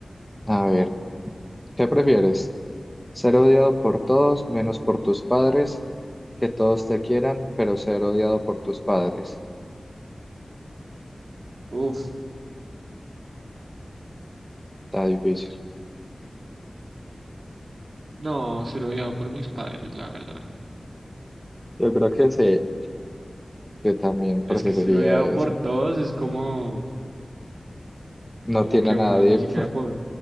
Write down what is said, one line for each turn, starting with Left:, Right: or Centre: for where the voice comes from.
Centre: a ver, ¿qué prefieres? ¿Ser odiado por todos menos por tus padres? Que todos te quieran, pero ser odiado por tus padres.
Right: Uf,
Centre: Está difícil.
Right: no, ser odiado por mis padres, la verdad.
Centre: Yo creo que sí, que también preferiría
Right: Es que ser odiado
Centre: eso.
Right: por todos es como,
Centre: No
Right: como
Centre: tiene
Right: que
Centre: a nadie.
Right: uno ni siquiera
Centre: <laughs>
Right: puede.